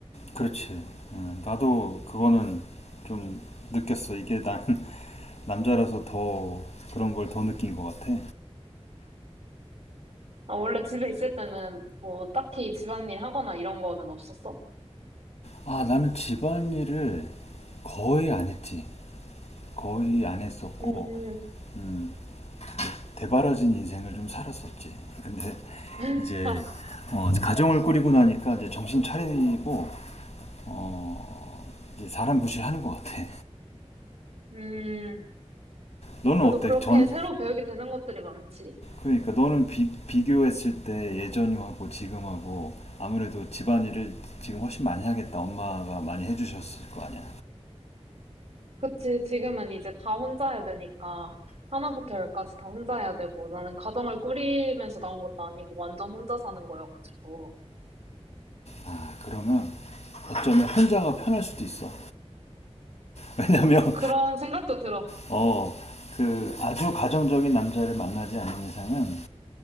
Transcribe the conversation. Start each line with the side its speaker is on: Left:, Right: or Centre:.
Left: 그렇지. 음, 나도 그거는 좀 느꼈어. 이게 난 <laughs> 남자라서 더 그런 걸 더 느낀 것 같아.
Right: 아, 원래 집에 있을 때는 뭐 딱히 집안일 하거나 이런 거는 없었어?
Left: 아, 나는 집안일을 거의 안 했지. 거의 안 했었고,
Right: 음.
Left: 음, 대바라진 인생을 좀 살았었지. 근데
Right: <laughs>
Left: 이제 어, 가정을 꾸리고 나니까 이제 정신 차리고 어, 이제 사람 구실하는 것 같아.
Right: 음,
Left: 너는
Right: 그래도
Left: 어때?
Right: 그렇게
Left: 전
Right: 새로 배우게 되는 것들이 많지.
Left: 그러니까 너는 비, 비교했을 때 예전하고 지금하고 아무래도 집안일을 지금 훨씬 많이 하겠다. 엄마가 많이 해주셨을 거 아니야.
Right: 그치, 지금은 이제 다 혼자 해야 되니까, 하나부터 열까지 다 혼자 해야 되고, 나는 가정을 꾸리면서 나온 것도 아니고, 완전 혼자 사는 거여가지고.
Left: 아 그러면 어쩌면 혼자가 편할 수도 있어. 왜냐면
Right: 그런 생각도 들어.
Left: 어 그 아주 가정적인 남자를 만나지 않는 이상은